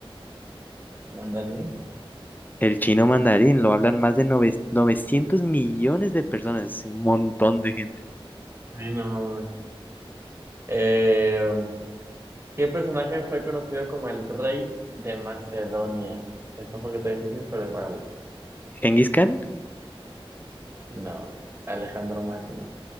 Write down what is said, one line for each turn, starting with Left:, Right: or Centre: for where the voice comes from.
Right: mandarín.
Left: El chino mandarín lo hablan más de nove- 900 millones de personas, es un montón de gente.
Right: Ay, no. Eh, ¿qué personaje fue conocido como el rey de Macedonia? Está un poquito difícil, pero igual.
Left: ¿Genghis Khan?
Right: No, Alejandro Magno.